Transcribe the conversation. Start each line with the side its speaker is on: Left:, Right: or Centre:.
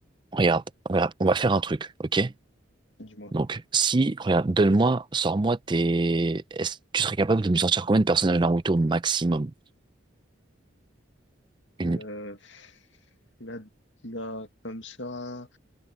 Right: Regarde, voilà, on va faire un truc, ok?
Left: Dis-moi.
Right: Donc, si, regarde, donne-moi, sors-moi tes... Est-ce que tu serais capable de me sortir combien de personnages Naruto au maximum? Une...
Left: Euh, là, là, comme ça.